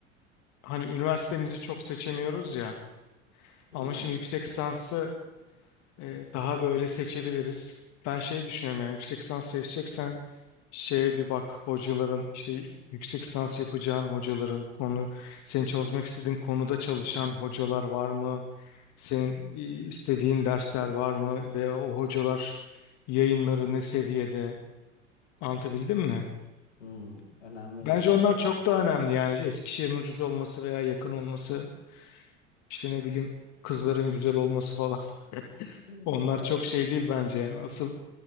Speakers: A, on the left; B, on the left.
A: hani üniversitemizi çok seçemiyoruz ya
B: Hmm,
A: ama şimdi yüksek lisansı e, daha böyle seçebiliriz. Ben şey düşünüyorum yani yüksek lisans seçeceksen şeye bir bak hocaların işte yüksek lisans yapacağın hocaların konu senin çalışmak istediğin konuda çalışan hocalar var mı? Senin e, istediğin dersler var mı veya o hocalar yayınları ne seviyede anlatabildim mi?
B: hmm, önemli diyorsun.
A: Bence onlar
B: Yapabilirim.
A: çok
B: Anladım.
A: da önemli yani Eskişehir'in ucuz olması veya yakın olması işte ne bileyim kızların güzel olması falan. <laughs> Onlar
B: <laughs>
A: çok şey değil bence yani asıl